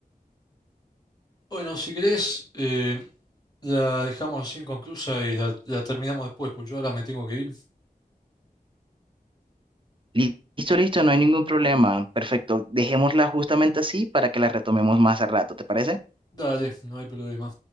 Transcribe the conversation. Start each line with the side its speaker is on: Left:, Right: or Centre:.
Left: Bueno, si querés, eh, la dejamos así inconclusa y la, la terminamos después, pues yo ahora me tengo que ir.
Right: Li- Listo, listo, no hay ningún problema. Perfecto. Dejémosla justamente así para que la retomemos más a rato, ¿te parece?
Left: Dale, no hay problema.